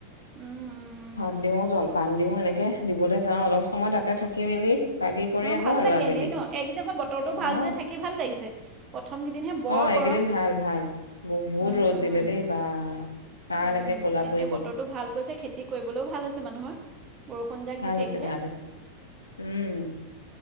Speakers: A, on the right (about 30°); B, on the left (about 75°).
A: উম উম
B: ভাত দিওঁ জলপান দিওঁ এনেকে দিবলৈ যাওঁ অলপ সময় তাতে থাকি মেলি- বাগি কৰি
A: অঁ
B: আহো
A: ভালো
B: আৰু
A: লাগে
B: আবেলি
A: এনেই ন এদিনাখন বতৰটো ভাল
B: অ
A: যে থাকি ভাল লাগিছে। প্ৰথমকেইদিনহে বৰ
B: অ এইকেইদিন
A: গৰম।
B: ভাল ভাল। বহুত
A: উম,
B: ৰ'দ
A: উম।
B: দিলে দেই বা। ছাল
A: উম
B: একে ক'লা
A: এতিয়া
B: পৰি গ'ল
A: বতৰটো ভাল কৈছে খেতি কৰিবলৈও ভাল হৈছে মানুহৰ- বৰষুণ যাক
B: ভাল
A: দি থাকিলে।
B: হৈছে ভাল হৈছে উম